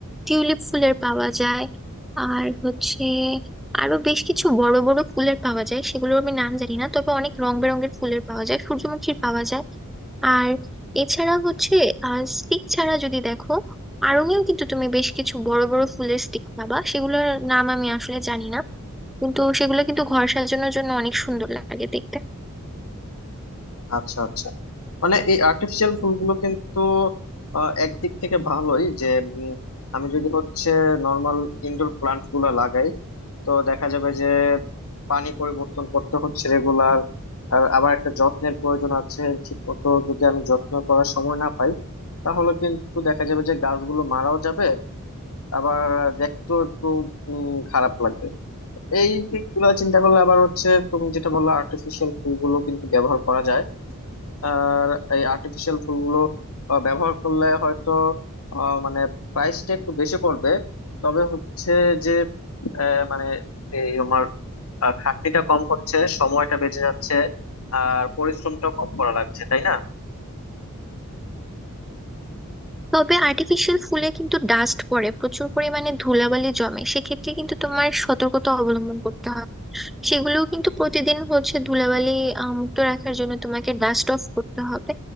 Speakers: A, in the centre; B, on the left.
A: টিউলিপ ফুলের পাওয়া যায় আর হচ্ছে আরো বেশ কিছু বড় বড় ফুলের পাওয়া যায় সেগুলোর আমি নাম জানি না তবে অনেক রং বেরঙের ফুলের পাওয়া যায় সূর্যমুখীর পাওয়া যায় আর এছাড়া হচ্ছে স্টিক ছাড়া যদি দেখো আড়ঙেও কিন্তু তুমি বেশ কিছু বড় বড় ফুলের স্টিক পাবা সেগুলোর নাম আমি আসলে জানি না কিন্তু সেগুলো কিন্তু ঘর সাজানোর জন্য অনেক সুন্দর লাগে দেখতে
B: আচ্ছা আচ্ছা মানে এই আর্টিফিশিয়াল ফুলগুলো কিন্তু আহ, একদিক থেকে ভালোই যে উম, আমি যদি হচ্ছে নর্মাল ইনডোর প্লান্ট গুলা লাগাই তো দেখা যাবে যে পানি পরিবর্তন করতে হচ্ছে রেগুলার আর আবার একটা যত্নের প্রয়োজন আছে ঠিক মতো যদি আমি যত্ন করার সময় না পাই তাহলে কিন্তু দেখা যাবে যে গাছগুলো মারাও যাবে আবার দেখতেও একটু উম, খারাপ লাগবে এই দিকগুলো চিন্তা করলে আবার হচ্ছে তুমি যেটা বললো আর্টিফিশিয়াল ফুলগুলো কিন্তু ব্যবহার করা যায় আর এই আর্টিফিশিয়াল ফুলগুলো আহ, ব্যবহার করলে হয়তো আহ, মানে প্রাইসটা একটু বেশি পড়বে তবে হচ্ছে যে আহ, মানে এই আমার আহ, খাটনিটা কম হচ্ছে সময়টা বেঁচে যাচ্ছে আর পরিশ্রমটাও কম করা লাগছে তাই না
A: তবে আর্টিফিশিয়াল ফুলে কিন্তু ডাস্ট পড়ে প্রচুর পরিমাণে ধুলাবালি জমে সেক্ষেত্রে কিন্তু তোমার সতর্কতা অবলম্বন করতে হবে সেগুলোও কিন্তু প্রতিদিন হচ্ছে ধুলাবালি আহ, মুক্ত রাখার জন্য তোমাকে ডাস্ট অফ করতে হবে